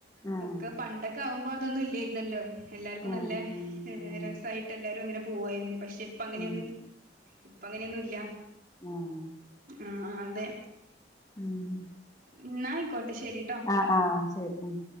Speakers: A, on the left (about 20°); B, on the right (about 50°).
A: ആഹ്
B: ഇതൊക്കെ പണ്ടക്കെ ആവു ഇപ്പോ അതൊന്നും ഇല്ല്യായിര്ന്നല്ലോ എല്ലാർക്കും
A: ആഹ്
B: നല്ലേ
A: ഉം
B: ഏഹ്
A: ഉം
B: രസായിട്ട് എല്ലാരും അങ്ങനെ പോവായ്ര്ന്നെ പക്ഷെ ഇപ്പങ്ങനെന്നും
A: ഉം
B: ഇപ്പ അങ്ങനെന്നും ഇല്ല.
A: ആഹ്
B: ആഹ് ആഹ് അതെ
A: ഉം ഉം
B: ഇന്നാ അയിക്കോട്ടെ ശരി.
A: ആഹ് ആഹ് ശരി ആഹ്.